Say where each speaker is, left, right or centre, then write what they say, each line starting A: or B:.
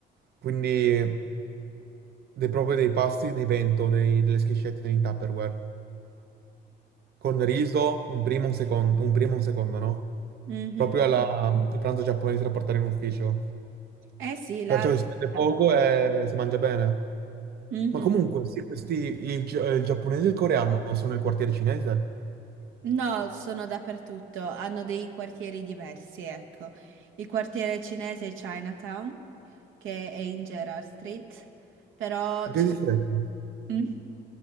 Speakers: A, on the right; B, on the right.
A: Quindi dei, proprio dei pasti, dei bento, dei- delle schiscette in Tupperware. Con riso, un primo, un secondo, un primo e un secondo, no?
B: Mhm.
A: Proprio alla- il pranzo giapponese da portare in ufficio.
B: Eh sì, la...
A: Perciò si spende
B: ah,
A: poco e si mangia bene.
B: mhm.
A: Ma comunque, sì, questi, il, gia- il giapponese e il coreano non sono il quartiere cinese?
B: No, sono dappertutto, hanno dei quartieri diversi, ecco. Il quartiere cinese è Chinatown, che è in Gerrard Street, però...
A: In che distretto?
B: Mm.